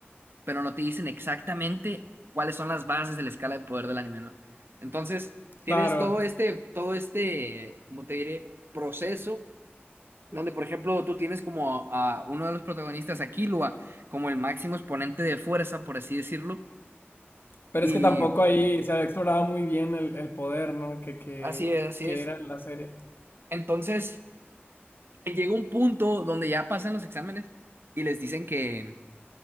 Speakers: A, on the right; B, on the left.
A: pero no te dicen exactamente cuáles son las bases de la escala de poder del anime, ¿no? Entonces, tienes
B: Claro.
A: todo este, todo este, como te diré, proceso. Donde, por ejemplo, tú tienes como a, a uno de los protagonistas, a Killua, como el máximo exponente de fuerza, por así decirlo,
B: Pero
A: y
B: es que tampoco ahí se había explorado muy bien el, el poder, ¿no? Que, que,
A: así es, así
B: que
A: es.
B: era en la serie.
A: Entonces, llega un punto donde ya pasan los exámenes y les dicen que